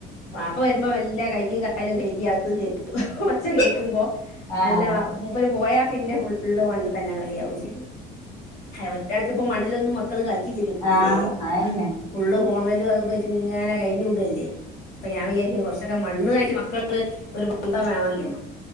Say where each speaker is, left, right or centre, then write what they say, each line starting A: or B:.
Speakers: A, on the left; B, on the left.
A: വാപ്പ വെരുമ്പൊ മെല്ലെ കയ്യും കാലും കെഴ്കി അവ്ത്ത്ക്ക് കേറി ഒച്ച കേൾക്കുമ്പൊ
B: ആഹ്
A: അല്ല വാ മൂപ്പര് പോയാ പിന്നെ ഫുള്ള് മണ്ണ് തന്നെ കളിയാവും ചെയ്യും ഒര്കണക്ക് ഇപ്പം മണ്ണിലൊന്നും മ മക്കള് കളിക്കില്ല്യല്ലോ തീരേ
B: ആഹ് അയന്നെ
A: ഫുള്ള് ഫോണ് മ്മെലും അതും ഇതു ആയിറ്റ് ഇങ്ങനെ കഴിഞ്ഞ് കൂടല്ലേ. അപ്പ ഞാൻ വിചാരിക്ക്യും കൊർച്ചൊക്കെ മണ്ണ് ആയിറ്റ് മക്കള് ഒര് ബന്ധം വേണല്ലോ.